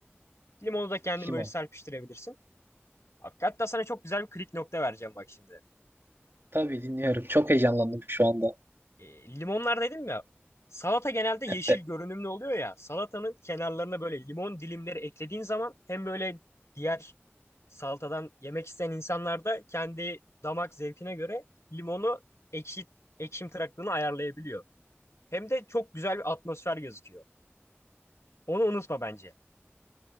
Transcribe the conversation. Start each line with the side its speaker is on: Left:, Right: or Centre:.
Left: Limonu da kendin
Right: Limon.
Left: böyle serpiştirebilirsin. Abi, hatta sana çok güzel bir klik nokta vereceğim bak şimdi.
Right: Tabii dinliyorum. Çok heyecanlandım şu anda.
Left: E, limonlar dedim ya. Salata genelde yeşil
Right: E,
Left: görünümlü oluyor ya. Salatanın kenarlarına böyle limon dilimleri eklediğin zaman hem böyle diğer salatadan yemek isteyen insanlar da kendi damak zevkine göre limonu ekşi ekşim tıraklığını ayarlayabiliyor. Hem de çok güzel bir atmosfer gözüküyor. Onu unutma bence.